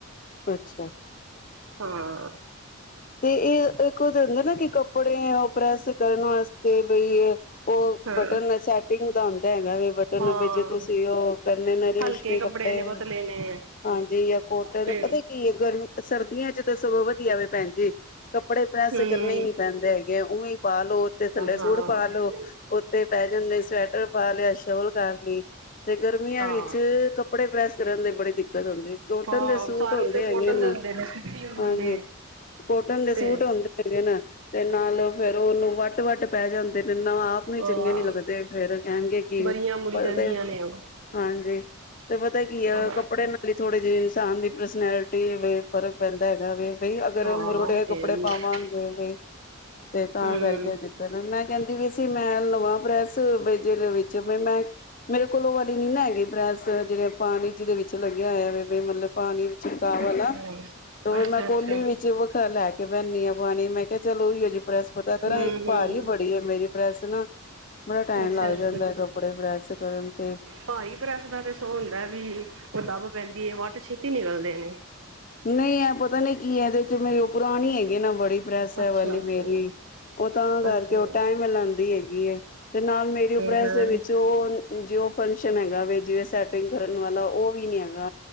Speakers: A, on the left; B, on the right.
A: ਅੱਛਾ
B: ਹਾਂ।
A: ਤੇ ਇਹ ਇੱਕ ਉਹਦੇ ਹੁੰਦਾ ਨਾ ਕਿ, ਕੱਪੜੇ ਐਂ ਪ੍ਰੈਸ ਕਰਨ ਵਾਸਤੇ। ਬਈ, ਉਹ
B: ਹਾਂ
A: ਬਟਨ ਸੈਟਿੰਗ ਦਾ ਹੁੰਦਾ ਹੈਗਾ ਵੀ ਬਟਨ
B: ਹਾਂ
A: ਬਿਚ ਤੁਸੀਂ ਉਹ ਕਰਨਾ ਨਾਲ <inaudible> ਰੇਸ਼ਮੀ
B: ਹਲਕੇ
A: ਕੱਪੜੇ
B: ਨੇ ਪਤਲੇ ਨੇ
A: ਹਾਂਜੀ, ਆ ਕੋਟ
B: ਤੇ
A: ਦਾ ਪਤਾ ਕੀ ਐ ਗਰ ਸਰਦੀਆਂ ਚ ਤਾਂ ਸਗੋਂ ਵਧੀਆ ਵੀ ਪੈਣ। ਕੱਪੜੇ ਪ੍ਰੈਸ
B: ਹਮ
A: ਕਰਨੇ ਈਂ ਨੀ ਪੈਂਦੇ ਹੈਗੇ ਉਵੇਂ ਪਾ ਲੋ, ਤੇ ਥੱਲੇ ਸੂਟ
B: ਹਾਂ ਹਾਂ
A: ਪਾ ਲੋ। ਉੱਥੇ ਪੈ ਜਾਂਦੇ ਸਵੈਟਰ ਪਾ ਲਿਆ ਸ਼ੌਲ ਕਰ ਲਈ। ਤੇ ਗਰਮੀਆਂ
B: ਹਾਂ
A: ਵਿੱਚ, ਕੱਪੜੇ ਪ੍ਰੈਸ ਕਰਨ ਦੀ ਬੜੀ ਦਿੱਕਤ ਹੁੰਦੀ। ਕੋਟਨ
B: ਹਾਂ
A: ਦੇ ਸੂਟ
B: ਸਾਰੇ
A: ਹੁੰਦੇ
B: ਤੇ
A: ਹੈਗੇ
B: ਕੋਟਨ
A: ਨਾ,
B: ਦੇ ਹੁੰਦੇ ਨੇ ਸੂਤੀ ਹੁੰਦੇ
A: ਹਾਂਜੀ।
B: ਨੇ
A: ਕੋਟਨ ਦੇ ਸੂਟ
B: ਤੇ
A: ਆਉਂਦੇ ਹੈਗੇ ਨਾ, ਤੇ ਨਾਲ ਫੇਰ ਉਹਨੂੰ ਵੱਟ ਵੱਟ ਪੈ ਜਾਂਦੇਨੇ ਨਾ ਆਪ ਆਪ ਨੂੰ
B: ਅ
A: ਚੰਗੇ ਨੀ ਲੱਗਦੇ ਫੇਰ ਕਹਿਨ ਗੇ ਕਿ,
B: ਬਰੀਆਂ ਮੁੜੀ
A: ਪਤਾ
B: ਜਾਂਦੀਆਂ ਨੇ ਉਹ
A: ਹਾਂਜੀ, ਤੇ ਪਤਾ ਕੀ ਆ
B: ਹਾਂ
A: ਕੱਪੜੇ ਲਈ ਥੋੜੇ ਜਿਹੇ ਇਨਸਾਨ ਦੀ ਪਰਸਨੈਲਿਟੀ ਵੀ ਫਰਕ ਪੈਂਦਾ ਹੈਗਾ ਵੇ। ਬਈ ਅਗਰ
B: ਹਾਂ
A: ਮਰੋੜੇ
B: ਉਹ
A: ਕੱਪੜੇ
B: ਤੇ ਹੈ ਹੀ
A: ਪਾਵਾਂਗੇ
B: ਹੈ
A: ਵੀ, ਤੇ ਤਾਂ
B: ਹਮ
A: ਕਰਕੇ ਮੈਂ ਕਹਿੰਦੀ ਵੀ ਅਸੀ, ਮੈਂ ਲਵਾਂ ਪ੍ਰੈਸ ਵਿੱਚ ਵੀਚ ਮੈਂ ਮੇਰੇ ਕੋਲ ਉਹ ਵਾਲੀ ਨੀ ਨਾ ਹੈਗੀ ਪ੍ਰੈਸ, ਜਿਹੜੇ ਪਾਨੀ ਜਿਹਦੇ ਵਿੱਚ ਲੱਗਿਆ ਹੋਇਆ ਵੇ, ਮਤਲਬ ਪਾਨੀ ਛਿੜਕਾ ਵਾਲਾ,
B: ਅੱਛਾ
A: ਤੋਂ ਮੈ
B: ਅੱਛਾ
A: ਫਿਰ ਕੋਲੀ
B: ਅੱਛਾ
A: ਵਿੱਚ ਵੱਖਰਾ ਲੈ ਕੇ ਬੈਨੀਂ ਆ ਪਾਣੀ ਮੈਂ ਕਿਹਾ ਚਲ ਉਹੀਓ ਜਹੀ ਪ੍ਰੈਸ ਪਤਾ ਕਰਾਂ,
B: ਹਮ
A: ਇੱਕ ਭਾਰੀ
B: ਹਮ
A: ਬੜ ਮੇਰੀ ਪ੍ਰੈੱਸ ਨਾ, ਬੜਾ ਟਾਈਮ
B: ਅੱਛਾ
A: ਲੱਗ
B: ਅੱਛਾ
A: ਜਾਂਦਾ ਐ ਕੱਪੜੇ ਪ੍ਰੈਸ ਕਰਨ ਤੇ।
B: ਭਾਰੀ ਪਰੈੱਸ ਦਾ ਤੇ ਸੋ ਹੁੰਦੈ ਵੀ, ਉਹ ਦੱਬ ਪੈਂਦੀ ਹੈ ਵੱਟ ਛੇਤੀ ਨੀਂ ਨਿਕਲਦੇ ਨੇ।
A: ਨਹੀਂ ਐ ਪਤਾ ਨੀ ਕੀ ਐ ਇਹਦੇ ਵਿਚ, ਮੇਰੇ ਉਹ ਪੁਰਾਣੀ ਹੈਗੀਐ ਨਾ ਬੜੀ। ਪ੍ਰੈਸ ਐ
B: ਅੱਛਾ
A: ਵਾਲੀ
B: ਅੱਛਾ
A: ਮੇਰੀ, ਉਹ ਤਾਂ ਕਰਕੇ
B: ਅੱਛਾ ਹਾਂ
A: ਉਹ ਟਾਈਮ ਲਾਂਦੀ ਏਗੀ ਏ। ਤੇ ਨਾਲ ਮੇਰੀ ਉ ਪ੍ਰਰੈਸ
B: ਹਾਂ
A: ਦੇ ਵਿੱਚ ਉਹ ਜੇ ਉਹ ਫੰਕਸ਼ਨ ਹੈਗਾ ਵੇ ਜਿਵੇਂ ਸੈਟਿੰਗ ਕਰਨ ਵਾਲਾ ਉਹ ਵੀ ਨੀ ਹੈਗਾ।